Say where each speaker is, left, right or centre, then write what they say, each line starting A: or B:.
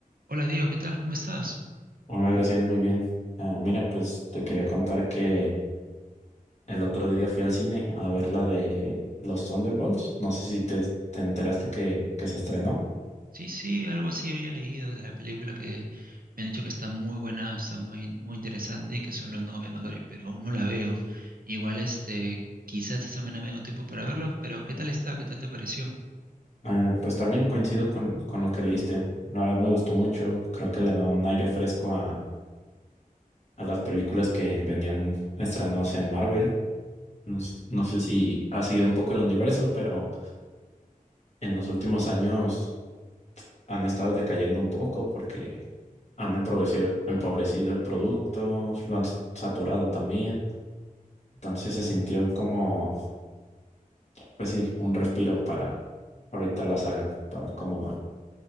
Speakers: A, on the right; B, on the left.
A: Hola Diego, ¿qué tal? ¿Cómo estás?
B: Hola, Graciela, muy bien. Ah, mira, pues te quería contar que el otro día fui al cine a ver la de los Thunderbolts. No sé si te, te enteraste que, que se estrenó.
A: Sí, sí, algo así había leído de la película que me han dicho que está muy buena, está muy, muy interesante y que son los nuevos Vengadores, pero aún no la veo. Igual este, quizás esta semana me dé un tiempo para verlo, pero ¿qué tal está? ¿Qué tal te pareció?
B: Ah, pues también coincido con, con lo que leíste. La verdad me gustó mucho. Creo que le da un aire fresco a, a las películas que venían estrenándose en Marvel. No, s- no sé si ha seguido un poco el universo, pero en los últimos años han estado decayendo un poco porque han empobrecido, empobrecido el producto, lo han s- saturado también. Entonces se sintió como, pues sí, un respiro para ahorita la saga, para cómo va.